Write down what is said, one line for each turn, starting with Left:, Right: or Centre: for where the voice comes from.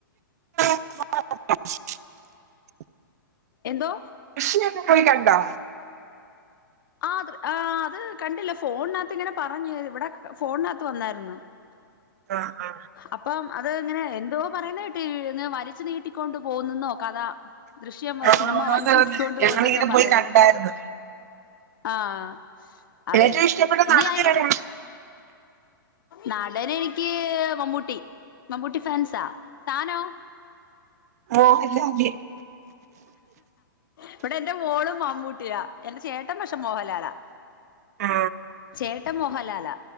Right: ഭ
Left: എന്തോ
Right: കൃഷിയൊക്കെ പോയി കണ്ടോ
Left: ആ ആ് അത് കണ്ടില്ല ഫോണിനകത്ത് ഇങ്ങനെ പറഞ്ഞു ഇവിടെ ഫോണിനകത്ത് വന്നായിരുന്നു
Right: ആ ആ
Left: അപ്പം അത് ഇങ്ങനെ എന്തോ പറയുന്നത് ന്ന് വലിച്ചു നീട്ടിക്കൊണ്ട് പോന്നുന്നോ കഥ ദൃശ്യം
Right: ആ
Left: സിനിമ
Right: ആന്നാന്ന്
Left: വലിച്ച കിട്ടിക്കൊണ്ട്ു
Right: ഞങ്ങളിങ്ങനെ
Left: പോോകുന്നൊക്കെ പറയുന്നു
Right: പോയി കണ്ടായിരുന്നു
Left: ആഹ അത
Right: ഏറ്റവും
Left: തന്നെ
Right: ഇഷ്ടപ്പെട്ട
Left: ഇനി
Right: നടൻ
Left: അയിറെ
Right: ആരാ
Left: നാടന എനിക്ക് മമ്പൂട്ടി മമ്പൂട്ടി ഫാൻസാ താനോ
Right: മോഹൻലാല്
Left: ഇവിടെ എന്റെ മോളും ൂട്ടിയാ എന്റെ ചേട്ടൻ പക്ഷെ മോഹൻലാലാ
Right: ആ
Left: ചേട്ടൻ മോഹൻലാലാ